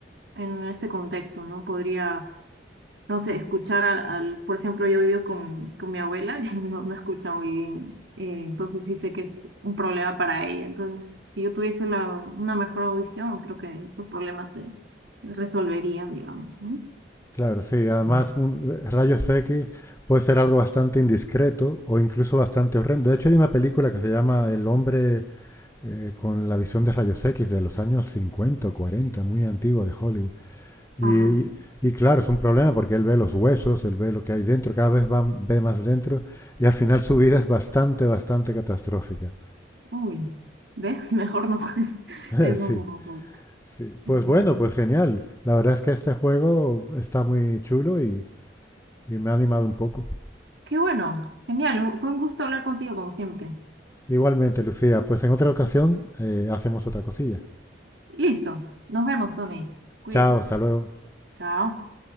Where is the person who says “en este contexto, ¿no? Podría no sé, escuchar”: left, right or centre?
Right